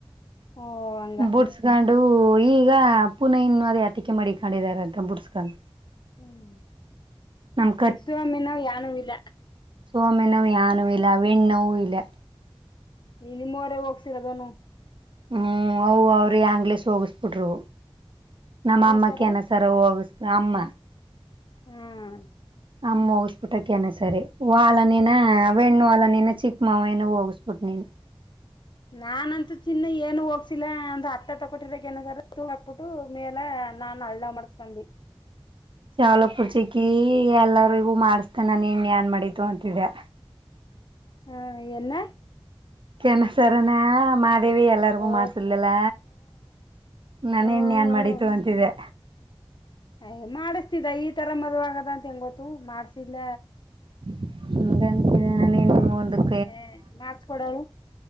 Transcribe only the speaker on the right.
ಬುಡ್ ಬುಡ್ಸ್ಕೊಂಡು ಈಗ ಪುನ ಇನ್ನು ಅದ ಅಟಿಕೆ ಮಾಡಿಕೊಂಡಿದ್ದಾರೆ ಅಂತ ಬುಡ್ಸ್ಕೊಂಡು.
ನಮ್ಮ
ಸೊ ಮೆನೂ ಯಾನೂ ಇಲ್ಲ ವಿಣ್ಣೋವ್ ಇಲೆ.
ಹ್ಮ್ ಅವ್ ಅವ್ರಿ ಆಂಗ್ಲೀಷ್ ಹೋಗಿಸಬಿಟ್ರು ನಮ್ಮಅಮ್ಮಕ್ಕೆನ
ಸರವೋಗಸ್ಟ್ ಅಮ್ಮ
ಅಮ್ಮ ಮುಗಿಸ್ಬಿಟ್ಟಕ ಕೆನ್ನೆ ಸರಿ ವಾಲ ನೀನ ವೆಣ್ಣು ಅಲನಿನ ಚಿಕ್ ಮಾವನ ಹೋಗಿಸ್ಬುಟ್ನಿನ್
ಶಾವಲ ಪೂರ್ಜಕಿ ಎಲ್ಲರಿಗೂ ಮಾಡಿಸತ ನಾನ ಇನ್ ಏನ್ ಮಾಡಿತು ಅಂತಿದೆ.
ಕೆನಸರನಾ ಮಾಡ್ ದೇವಿ ಎಲ್ಲಾರಿಗು
ಮಾಡ್ಸರ್ಲಲ್ಲ ನನ
ಇನ್ಯಏನ್ ಮಾಡತು ಅಂತಿದೆ.
<unintelligible> ನೀನು ಮುಂದುಕ್